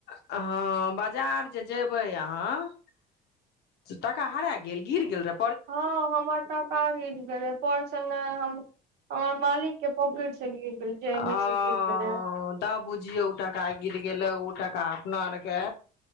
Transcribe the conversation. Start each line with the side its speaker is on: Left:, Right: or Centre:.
Left: हँ बाजार जे जेबै अहाँ टका हरा गेल गिर गेल र
Right: हँ हमर टका गिर गेलै पर्स नै हमर मालिक के पॉकिट से गिर गेल जेबी
Left: ओ
Right: से गिर गेलै
Left: तऽ बुझियौ तऽ टका गिर गेले उ टाका अपना आर के